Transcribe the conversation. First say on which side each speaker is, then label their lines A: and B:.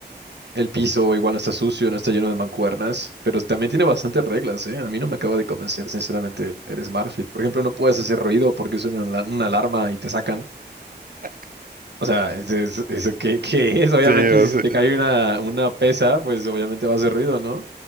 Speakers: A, on the right; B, on the right.
A: El piso igual no está sucio, no está lleno de mancuernas, pero también tiene bastantes reglas, ¿eh? A mí no me acaba de convencer, sinceramente, el el Smart Fit. Por ejemplo, no puedes hacer ruido porque suena una ala- una alarma y te sacan.
B: <laughs>
A: O sea, es- es- ¿eso qué, qué es?
B: sí,
A: Obviamente,
B: o
A: si
B: sea,
A: se te cae una, una pesa, pues obviamente va a hacer ruido, ¿no?